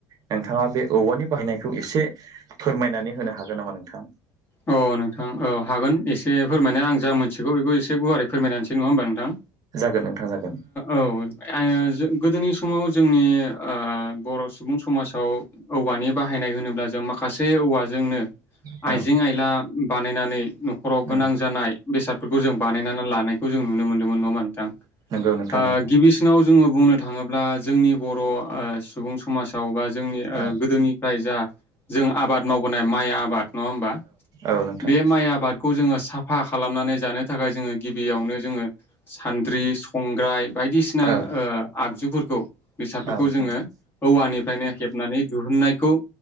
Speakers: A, on the right (about 45°); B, on the left (about 25°).
A: नोंथाङा बे औवानि बाहायनाय खौ एसे फोरमायनानै होनो हागोन नामा नोंथां?
B: औ नोंथां औ हागोन एसे फोरमायनाय आं जा मोनथिगौ बेखौ एसे गुवारै फोरमायना होनोसै नङा होमबा नोंथां?
A: जागोन नोंथां जागोन
B: ओ औ आइ जो गोदोनि समाव जोंनि ओ बर' सुबुं समाजाव औवानि बाहायनाय होनोब्ला जों माखासे औवाजोंनो
A: औ
B: आइजें आइला बानायनानै न'खराव गोनां
A: औ
B: जानाय बेसादफोरखौ जों बानायनानै थानायखौ जों नुनो मोनदोंमोन नङा होनबा नोंथां ओ
A: नंगौ नोंथां नंगौ
B: गिबिसिनाव जोङो बुंनो थाङोब्ला जोंनि बर ओ सुबुं समाजाव बा जोंनि ओ
A: औ
B: गोदोनिफ्राय जा जों आबाद मावबोनाय माइ आबाद नङा होमबा बे
A: औ नोंथां
B: माइ आबादखौ जोङो साफा खालामनानै जानो थाखाय जोङो गिबियावनो जोङो सान्द्रि संग्राय बायदिसिना
A: औ
B: ओ आगजुफोरखौ बेसादफोरखौ
A: औ नोंथां
B: जोङो औवानिफ्रायनो हेबनानै दिरुननायखौ